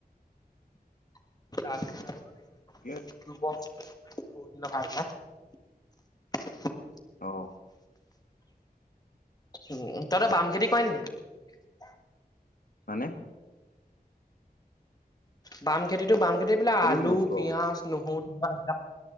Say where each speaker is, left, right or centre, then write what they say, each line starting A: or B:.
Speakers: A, on the left (about 25°); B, on the left (about 60°).
A: <unintelligible>
B: ঠিকে
A: <unintelligible>
B: অ'।
A: উ তহতৰ বাম খেতি কৰেনে নাই?
B: হয়নে?
A: বাম খেতিটো বাম খেতি বিলাক
B: সেইটো
A: আলু,
B: কি বস্তু
A: পিয়াজ,
B: অ
A: নহৰু <unintelligible>